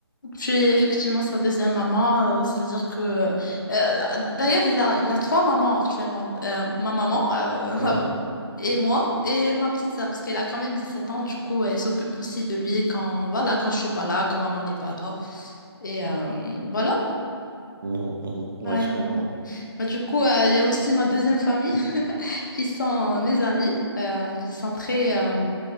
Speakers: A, on the left; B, on the right.
A: Puis, effectivement, sa deuxième maman, euh, c'est-à-dire que. euh, euh, d'ailleurs, il a, il a trois mamans actuellement. Euh, ma maman, euh, <laughs>
B: Ouais,
A: la vraie, et moi, et ma petite sœur, parce qu'elle a quand même 17 ans. Du coup, elle s'occupe aussi de lui quand, voilà, quand je suis pas là, quand maman n'est pas là. Et euh, voilà.
B: Mhm, mhm. Ouais,
A: Ouais.
B: je comprends.
A: Bah, du coup, euh, il y a aussi ma deuxième famille, <laughs> qui sont euh, mes amis, euh, qui sont très, euh,